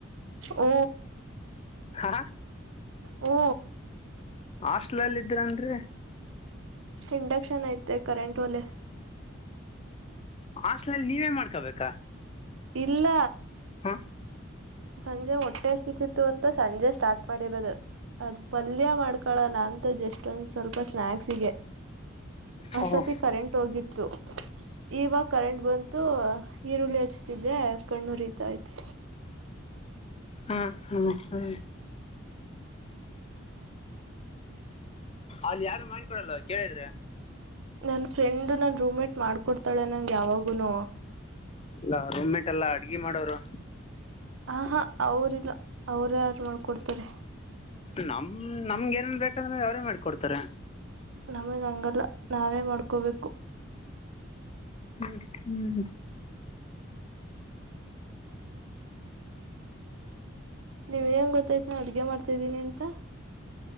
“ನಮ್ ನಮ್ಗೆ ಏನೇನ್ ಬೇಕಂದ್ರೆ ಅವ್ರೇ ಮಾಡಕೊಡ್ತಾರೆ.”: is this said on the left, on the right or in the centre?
Left